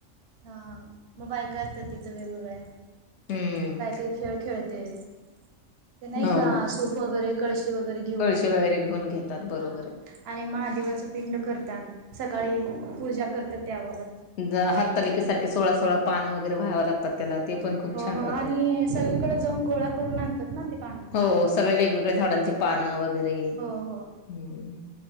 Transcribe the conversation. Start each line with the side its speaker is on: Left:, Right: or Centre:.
Right: हा. मग बायका येत्यात तिथं, वेगवेगळ्या.
Left: हम्म
Right: काय - काय खेळ खेळतेत. ते नाही
Left: हो
Right: का? सूफ वगैरे, कळशी शी वगैरे घेऊन.
Left: कळशी वगैरे घेऊन घेतात बरोबर
Right: हा.
Left: आहे
Right: आणि महादेवाचं पिंड करतात. सकाळी पूजा करतात, त्यावर.
Left: अ हरतालिके सारखे सोळा- सोळा पानं वगैरे व्हावं लागतात. त्याला. ते पण खूप
Right: हो,
Left: छान
Right: हो.
Left: राहतय
Right: आणि सगळीकडे जाऊन, गोळा करून, आणतात ना, ते पानं.
Left: हो सगळे वेगवेगळ्या झाडांचे पान वगैरे,
Right: हो हो
Left: हम्म.